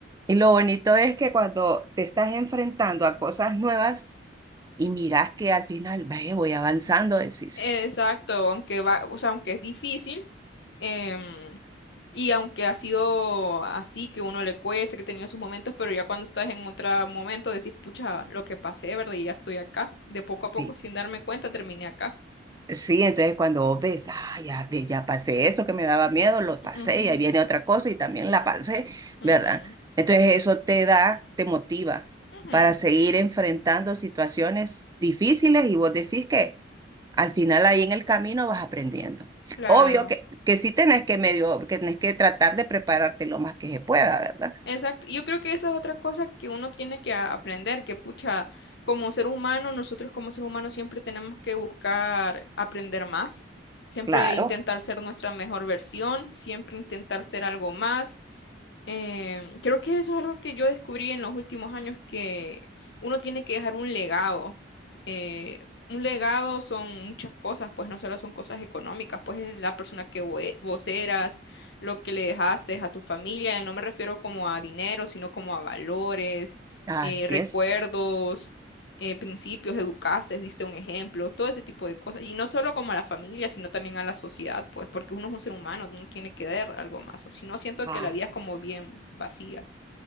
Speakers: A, on the right (about 20°); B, on the left (about 60°).
A: Y lo bonito es que cuando te estás enfrentando a cosas nuevas y miras que al final, ve voy avanzando, decís,
B: Exacto, aunque va, o sea, aunque es difícil, em, y aunque ha sido así que uno le cuesta, que ha tenido sus momentos, pero ya cuando estás en otro momento decís, pucha, lo que pasé, ¿verdad? Y ya estoy acá. De poco a poco,
A: sí,
B: sin darme cuenta, terminé acá.
A: sí, entonces cuando vos ves, ah, ya, ve- ya pasé esto que me daba miedo, lo pasé
B: Ujú,
A: y ahí viene otra cosa y también la pasé,
B: ujú,
A: ¿verdad? Entonces eso te da, te motiva
B: ujú,
A: para seguir enfrentando situaciones difíciles y vos decís que al final ahí en el camino vas aprendiendo.
B: Claro.
A: Obvio que, que sí tenés que medio, que tenés que tratar de prepararte lo más que se pueda, ¿verdad?
B: Exacto. Yo creo que eso es otra cosa que uno tiene que a- aprender, que pucha, como ser humano, nosotros como ser humano siempre tenemos que buscar aprender más, siempre
A: Claro,
B: intentar ser nuestra mejor versión, siempre intentar ser algo más. Em, creo que eso es algo que yo descubrí en los últimos años, que uno tiene que dejar un legado. Eh, un legado son muchas cosas, pues no solo son cosas económicas, pues es la persona que vo- vos eras, lo que le dejaste a tu familia, y no me refiero como a dinero, sino como a valores,
A: así
B: eh, recuerdos
A: es.
B: eh, principios, educaste, diste un ejemplo, todo ese tipo de cosas. Y no solo como a la familia, sino también a la sociedad, pues, porque uno es un ser humano, uno tiene que dar algo más. O si no, siento
A: Ah,
B: que la vida es como bien vacía.